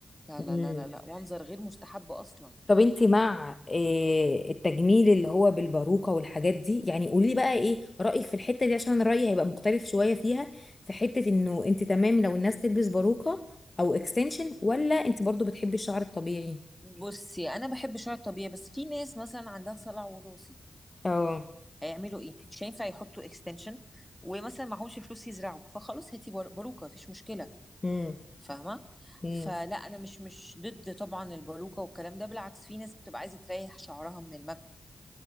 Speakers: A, in the centre; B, on the left.
A: لا
B: امم
A: لا لا لا لا منظر غير مستحب اصلا
B: طب انت مع آه، التجميل اللي هو بالباروكة والحاجات دي يعني قولي لي بقى ايه رأيك في الحتة دي عشان رأيي هيبقى مختلف شوية فيها في حتة انه انت تمام لو الناس تلبس باروكة او اكستنشن ولا انت برضو بتحبي الشعر الطبيعي
A: بصي انا بحب شعر طبيعي بس في ناس مثلا عندها صلع وراثي
B: اه
A: هيعملوا ايه مش هينفع يحطوا اكستنشن ومثلا معهمش فلوس يزرعوا فخلاص هاتي بر- باروكه مفيش مشكله
B: امم
A: فاهمه
B: امم
A: فلا انا مش مش ضد طبعا الباروكه والكلام ده بالعكس في ناس بتبقى عايزه تريح شعرها من المكوه